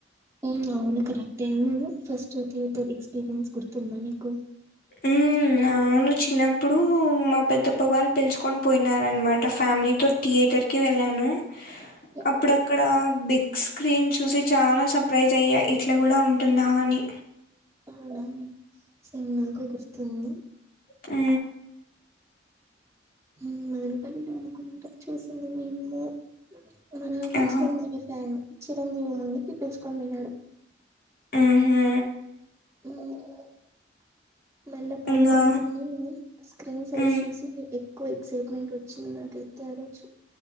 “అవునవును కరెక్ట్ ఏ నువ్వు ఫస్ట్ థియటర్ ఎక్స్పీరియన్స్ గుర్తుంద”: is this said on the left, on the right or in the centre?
Right